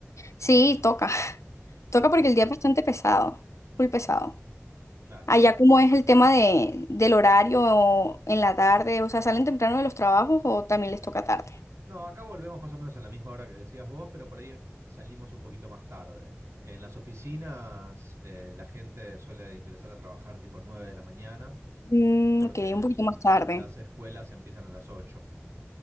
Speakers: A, on the left; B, on the right.
A: Sí, toca. <laughs> Toca
B: Claro,
A: porque el día es bastante pesado, muy pesado.
B: claro.
A: Allá, ¿cómo es el tema de, del horario en la tarde? O sea, ¿salen temprano de los trabajos o también les toca tarde?
B: No, acá volvemos más o menos a la misma hora que decías vos, pero por ahí salimos un poquito más tarde. En las oficinas eh, la gente suele ingresar a trabajar tipo 9 de la mañana
A: Mm,
B: porque
A: ok, un poquito
B: el-
A: más tarde.
B: las escuelas empiezan a las 8.